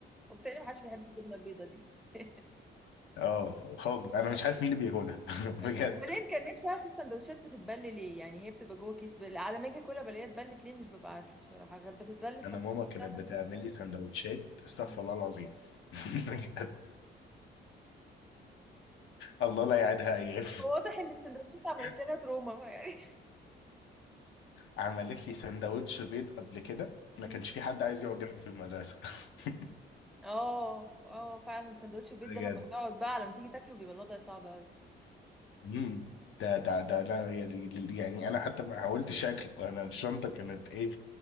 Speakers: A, in the centre; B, on the left.
A: وبالتالي محدش بيحب الجبنة البيضاء دي <laughs>
B: اه خالص انا مش عارف مين اللي بياكلها <laughs>
A: أيوة.
B: بجد
A: وبعدين كان نفسي اعرف السندوتشات بتتبل ليه يعني هي بتبقى جوه كيس بل... على ما اجي اكلها بلاقيها اتبلت ليه مش ببقى عارفه بصراحه كانت بتتبل السندوتشات
B: انا ماما كانت
A: بتاعتك
B: بتعمل لي سندوتشات استغفر
A: بقى
B: الله العظيم <laughs> بجد. الله لا يعيدها ايام
A: هو واضح ان السندوتشات عملت
B: <laughs>
A: لنا تروما يعني
B: عملت لي سندوتش بيض قبل كده ما
A: مم.
B: كانش في حد عايز يقعد جنبي في المدرسه <laughs>
A: اه اه فعلا سندوتش البيت
B: بجد
A: ده لما بيقعد بقى لما تيجي تاكله بيبقى الوضع صعب قوي
B: امم ده ده ده انا يعني انا حتى ما حاولتش اكله انا الشنطه كانت ايه